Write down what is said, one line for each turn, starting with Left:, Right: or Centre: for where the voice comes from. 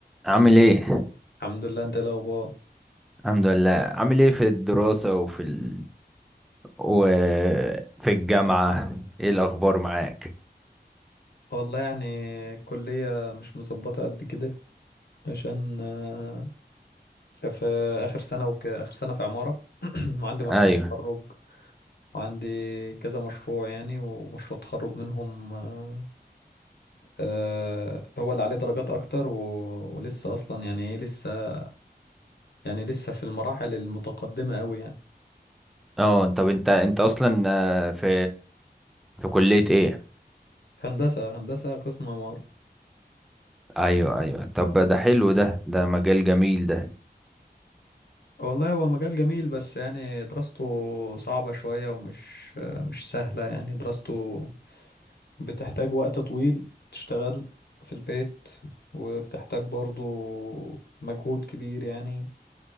Centre: عامل ايه
Left: الحمد لله انت ايه الاخبار
Centre: الحمد لله عامل ايه في الدراسة وفي ال... وفي الجامعة ايه الاخبار معاك
Left: والله يعني الكلية مش مظبطة قد كده عشان آه، في آخر سنة وك... آخر سنة في عمارة <clears throat> وعندي مشروع
Centre: ايوه
Left: تخرج وعندي كذا مشروع يعني ومشروع تخرج منهم آه، آه، هو اللي عليه درجات أكتر و... ولسه أصلا يعني إيه لسه يعني لسه في المراحل المتقدمة أوي يعني
Centre: اه طب انت انت اصلا آه، في في كلية ايه
Left: هندسة هندسة قسم عمارة
Centre: ايوه ايوه طب ده حلو ده ده مجال جميل ده
Left: والله هو مجال جميل بس يعني دراسته صعبة شوية ومش آه، مش سهلة يعني دراسته بتحتاج وقت طويل تشتغل في البيت وبتحتاج برضو مجهود كبير يعني